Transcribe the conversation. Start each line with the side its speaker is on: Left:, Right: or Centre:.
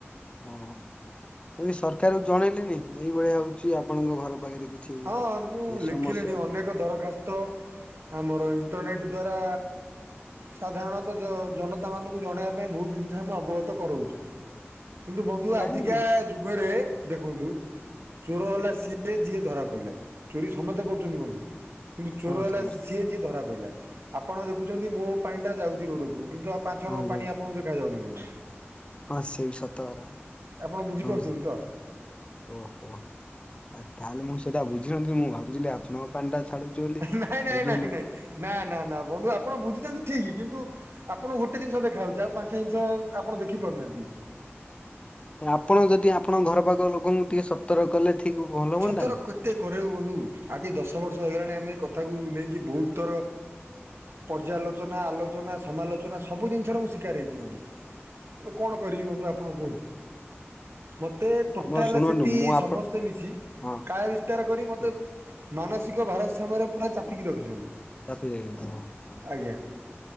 Left: ଓ ସେ ସରକାରକୁ ଜଣେଇଲେଣି ଏଇଭଳିଆ ହଉଛି ଆପଣଙ୍କ ଘର। ପାଖରେ କିଛି
Right: ହଁ ମୁଁ
Left: ଏ ସମସ୍ୟା
Right: ଲେଖିଲିଣି ଅନେକ ଦରଖାସ୍ତ ଆମର ଏ ଇଣ୍ଟରନେଟ୍ ଦ୍୍ୱାରା ସାଧାରଣତଃ ଜନତାମାନଙ୍କୁ ଜଣାଇବା ପାଇଁ ବହୁତ ଜିନିଷ ଆମେ ଅବଗତ କରାଉଛୁ କିନ୍ତୁ ବନ୍ଧୁ
Left: କାହିଁ
Right: ଆଜିକା ଯୁଗରେ ଦେଖନ୍ତୁ ଚୋର ହେଲା ସିଏ ଯିଏ ଧରା। କହିଲା ଚୋରି ସମସ୍ତେ କରୁଛନ୍ତି ବନ୍ଧୁ। କିନ୍ତୁ ଚୋର
Left: ହଁ
Right: ହେଲା
Left: ସମସ୍ୟା
Right: ସିଏ ଯିଏ ଧରା। କହିଲା ଆପଣ ଦେଖୁଛନ୍ତି ମୋ ପାଇଁ ଟା ଯାଉଛି ରୋଡ ଉପରୁ। କିନ୍ତୁ ଆ ପାଞ୍ଚ ଜଣଙ୍କ
Left: ହଁ ଯାଉଛି
Right: ପାଣି ଆପଙ୍କୁ ଦେଖାଯାଉନି କଉଠି
Left: ହଁ ସେ ବି ସତ କ
Right: ଆପଣ ବୁଝିପାରୁଛନ୍ତି
Left: ହ
Right: ତ
Left: ଓହୋ ଆଉ ତାହେଲେ ମୁଁ। ସେଇଟା ବୁଝିିନଥିଲିନ୍ତି ମୁଁ ଭାବୁଥିଲି ଆପଣଙ୍କ ପାଣିଟା। ଛାଡୁଛି ବୋଲି
Right: ନାଇଁ
Left: ସେଇ
Right: ନାଇଁ
Left: ଯୋଉ
Right: ନାଇଁ
Left: ଲୋକ
Right: ନାଇଁ ନ। ନା ନା ବନ୍ଧୁ ଆପଣ ବୁଝିଥାନ୍ତି ଠିକ କିନ୍ତୁ ଆପଣଙ୍କୁ ଗୋଟେ ଜିନିଷ ଦେଖାହେଉଛି ଆଉ ପାଞ୍ଚଟା ଜିନିଷ ଆପଣ ଦେଖି ପାରୁନାହାନ୍ତି
Left: ଆପଣ ଯଦି ଆପଣ ଘର ପାଖ ଲୋକଙ୍କୁ। ଟିକେ ସତର କଲେ ଠିକ ଭଲ ହୁଅନ୍ତାନି
Right: ସତର କେତେ କରେବ ବନ୍ଧୁ ଆଜି ଦଶ ବର୍ଷ। ଆମେ କ ନେଇି ବତର ପର୍ଯ୍ୟାଲୋଚନା ଆଲୋଚନାାଲଚନାୁ ଜିରାର ହେୁ <inaudible> କରିବୁ ଆପଣ କୁହନ୍ତୁ ମତେ
Left: ଆପଣ
Right: ଟୋଟାଲ
Left: ଶୁଣନ୍ତୁ
Right: ସେଠି
Left: ମୁଁ ଆପଣ
Right: ସମସ୍ତେ ମିଶି।
Left: ହଁ
Right: କାୟ ବିସ୍ତାର କରି ମତେ
Left: ହଁ
Right: ମାନସିକ ଭାରସ୍ୟାମରେ ପୁରା ଚାପିକି ରଖିଛନ୍ତି।
Left: ତାପି ଦେଇ ହ ହ,
Right: ଆଜ୍ଞା